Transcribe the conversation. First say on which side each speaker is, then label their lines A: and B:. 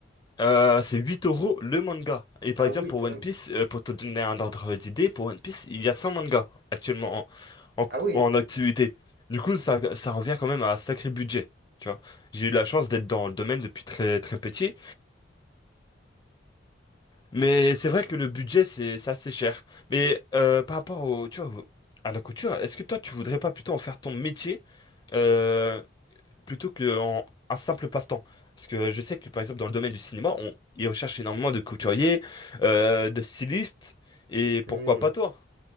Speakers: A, on the left (about 25°); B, on the right (about 60°).
A: Euh, c'est 8 euros le manga. Et par
B: Ah
A: exemple,
B: oui,
A: pour
B: quand
A: One
B: même.
A: Piece, euh, pour te donner un ordre d'idée, pour One Piece, il y a 100 mangas actuellement en, en, cou-
B: Ah oui.
A: en activité. Du coup, ça, ça revient quand même à un sacré budget. Tu vois, j'ai eu la chance d'être dans le domaine depuis très très petit, mais c'est vrai que le budget c'est c'est assez cher. Mais euh, par rapport au, tu vois, au- à la couture, est-ce que toi tu voudrais pas plutôt en faire ton métier? euh, plutôt qu'en un simple passe-temps. Parce que je sais que, par exemple, dans le domaine du cinéma, on, ils recherchent énormément de couturiers, euh, de stylistes, et
B: Hmm.
A: pourquoi pas toi?